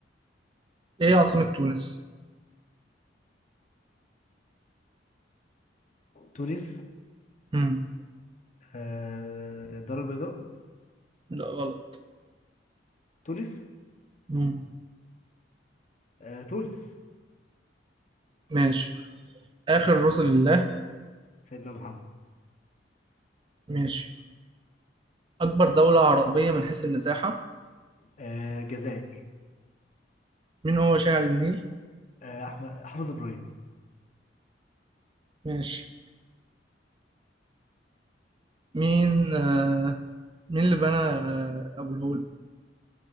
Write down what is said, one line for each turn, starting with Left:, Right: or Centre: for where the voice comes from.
Right: إيه عاصمة تونس؟
Left: تونس
Right: مم.
Left: آه الدار البيضاء
Right: لا غلط
Left: تونس
Right: مم.
Left: آه تونس
Right: ماشي آخر رسل الله
Left: سيدنا محمد
Right: ماشي أكبر دولة عربية من حيث المساحة
Left: آه الجزائر
Right: مين هو شاعر النيل
Left: آه احمد حافظ ابراهيم
Right: ماشي مين آه مين اللي بنى آه أبو الهول